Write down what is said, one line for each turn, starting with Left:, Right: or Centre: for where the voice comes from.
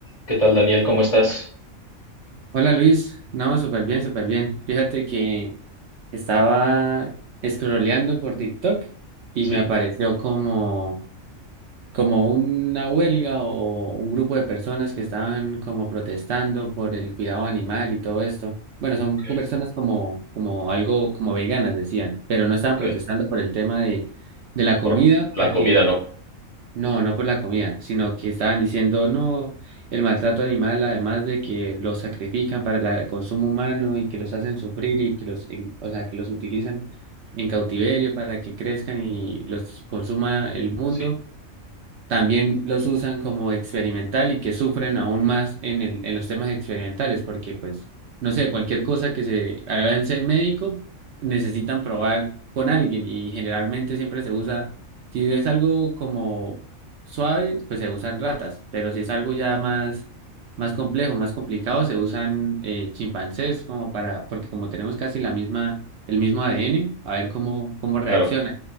Left: ¿Qué tal, Daniel? ¿Cómo estás?
Right: Hola Luis, no, súper bien, súper bien. Fíjate que estaba scrolleando por TikTok y
Left: Sí,
Right: me apareció como, como una huelga o un grupo de personas que estaban como protestando por el cuidado animal y todo esto. Bueno,
Left: ok,
Right: son personas como, como algo, como veganas decían, pero no estaban
Left: ok.
Right: protestando por el tema de, de la comida,
Left: Por
Right: o
Left: la
Right: sea
Left: comida
Right: que
Left: no.
Right: no, no por la comida, sino que estaban diciendo, no, el maltrato animal, además de que los sacrifican para la- el consumo humano y que los hacen sufrir y que los, en- o sea, que los utilizan en cautiverio para que crezcan y los consuma el mundo
Left: Sí,
Right: también los usan como experimental y que sufren aún más en el, en los temas experimentales, porque pues, no sé, cualquier cosa que se avance médico, necesitan probar con alguien y generalmente siempre se usa, si es algo como suave, pues se usan ratas, pero si es algo ya más, más complejo, más complicado, se usan eh, chimpancés como para, porque como tenemos casi la misma, el mismo ADN, a ver cómo, cómo reacciona
Left: claro,